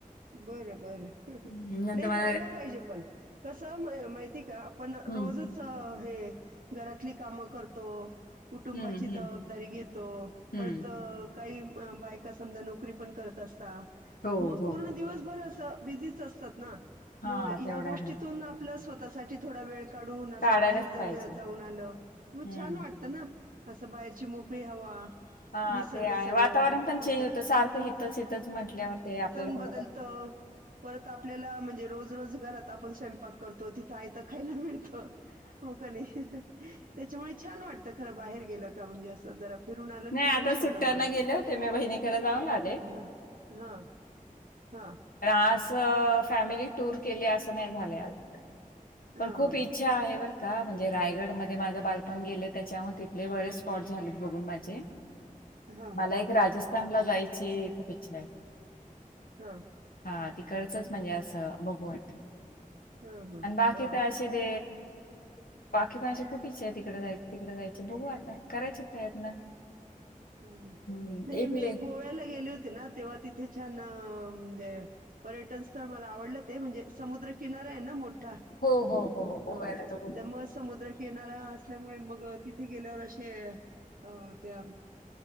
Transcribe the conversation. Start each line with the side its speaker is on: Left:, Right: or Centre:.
Right: बर. बर
Left: हं, नंतर
Right: नाही
Left: मला
Right: जायला पाहिजे पण कसं माहि ते आहे का. आपण
Left: हं,
Right: रोजच हे घरातली कामं करतो. कुटुंबाची
Left: हं, हं,
Right: जबाबदारी घेतो.
Left: हं.
Right: परत काही बायका समजा नोकरी पण करत असता.
Left: हो
Right: मग
Left: हो.
Right: पूर्ण दिवसभर असं बिझीच असतात ना.
Left: हां,
Right: मग या
Left: तेवढं
Right: गोष्टीतून
Left: आहे.
Right: आपल्या स्वतःसाठी थोडा वेळ काढून अस
Left: काढायलाच
Right: बाहेर जर
Left: पाहिजे.
Right: जाऊन आलं. मग
Left: हं.
Right: छान वाटत ना? असं बाहेरची मोकळी हवा
Left: हा
Right: निसर्ग
Left: ते आहे
Right: सगळं
Left: वातावरण पण चेंज
Right: असं
Left: होतं. सारखं हितच-हितच म्हटल्यावर ते आपल्याला.
Right: बदलत.
Left: पण हो.
Right: परत आपल्याला म्हणजे रोज-रोज घरात आपण स्वयंपाक करतो तिथं आयत खायला मिळत. हो का नाही. त्याच्यामुळे छान वाटत खर बाहेर गेलं म्हणजे अस जरा फिरून आलं
Left: नाही,
Right: की. रिफ्रेश
Left: आता सुट्ट्यांना
Right: होतो माणूस
Left: गेले
Right: अस
Left: होते. मी बहिणीकडे जाऊन आले
Right: हा हा. हा.
Left: अस फॅमिली टूर केले असं नाही झालंय.
Right: हां,
Left: पण खूप इच्छा आहे बर का. का म्हणजे रायगड मध्ये माझं बालपण गेले. त्याच्यामुळे तिथले बरेच स्पॉट झालेत बघून माझे.
Right: हां,
Left: मला एक राजस्थानला जायची खूप इच्छा आहे.
Right: हा.
Left: हा तिकडचच म्हणजे अस बघू वाटत.
Right: हां, हां,
Left: बाकी
Right: हां,
Left: तर असे ते बाकी पण अशी खूप इच्छा आहे. तिकडे जाय तिकडे जायचे बघू आता. करायचे प्रयत्न.
Right: ह
Left: हम्म
Right: नाही
Left: इडले
Right: मी गोव्याला गेले होते ना. तेव्हा तिथे छान ना. आ म्हणजे. पर्यटन स्थळ मला आवडलं ते म्हणजे समुद्रकिनारा आहे ना मोठा.
Left: हो हो हो हो गोव्याला
Right: ह
Left: तर खूप
Right: त्यामुळे समुद्रकिनारा असल्यामुळे मग तिथे गेल्यावर असे अ त्या